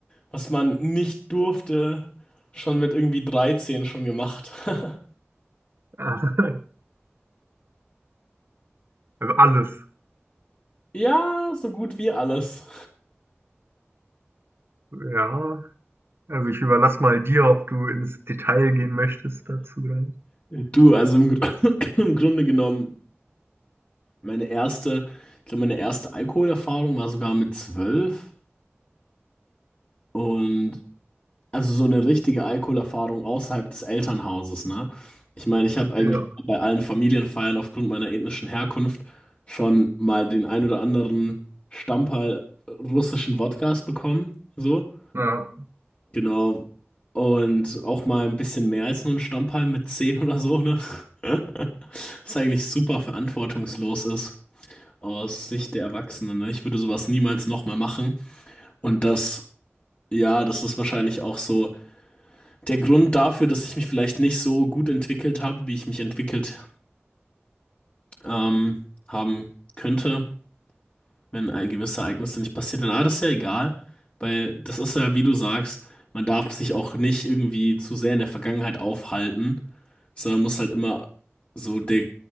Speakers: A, on the left; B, on the right.
A: was man nicht durfte, schon mit irgendwie 13 schon gemacht. <laughs>
B: <laughs> Also alles.
A: Ja, so gut wie alles.
B: Ja. Also ich überlasse mal dir, ob du ins Detail gehen möchtest dazu oder nicht.
A: Du, also im, Gr- <coughs> <laughs> im Grunde genommen, meine erste, ich glaube, meine erste Alkoholerfahrung war sogar mit zwölf und also so eine richtige Alkoholerfahrung außerhalb des Elternhauses, ne? Ich meine, ich habe eigentlich
B: Ja.
A: bei allen Familienfeiern aufgrund meiner ethnischen Herkunft schon mal den ein oder anderen Stamperl russischen Wodkas bekommen, so,
B: Ja.
A: genau. Und auch mal ein bisschen mehr als nur ein Stamperl mit 10 oder so, ne? <laughs> Was eigentlich super verantwortungslos ist. aus Sicht der Erwachsenen. Ne? Ich würde sowas niemals nochmal machen. Und das, ja, das ist wahrscheinlich auch so der Grund dafür, dass ich mich vielleicht nicht so gut entwickelt habe, wie ich mich entwickelt ähm, haben könnte, wenn ein- gewisse Ereignisse nicht passiert wären. Aber das ist ja egal, weil das ist ja, wie du sagst, man darf sich auch nicht irgendwie zu sehr in der Vergangenheit aufhalten, sondern muss halt immer so der,